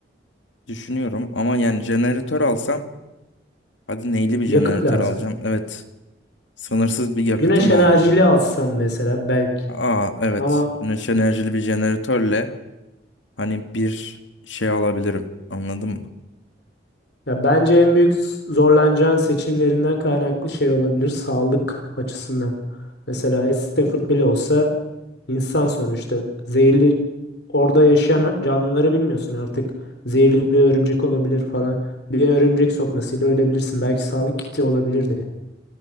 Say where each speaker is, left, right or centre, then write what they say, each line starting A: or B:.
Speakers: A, on the left (about 80°); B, on the left (about 65°).
A: Düşünüyorum ama yani jeneratör alsam hadi neyli bir jeneratör
B: yakıt lazım.
A: alacağım? Evet. Sınırsız bir yakıtım
B: Güneş enerjili
A: olmayacak.
B: alsam mesela belki.
A: Aa evet.
B: Ama
A: Güneş enerjili bir jeneratörle hani bir şey alabilirim. Anladın mı?
B: ya bence en büyük s- zorlanacağın seçimlerinden kaynaklı şey olabilir sağlık açısından. Mesela Stafford bile olsa insan sonuçta zehirli orada yaşayan canlıları bilmiyorsun artık. Zehirli bir örümcek olabilir falan. Bir örümcek sokmasıyla ölebilirsin. Belki sağlık kiti olabilirdi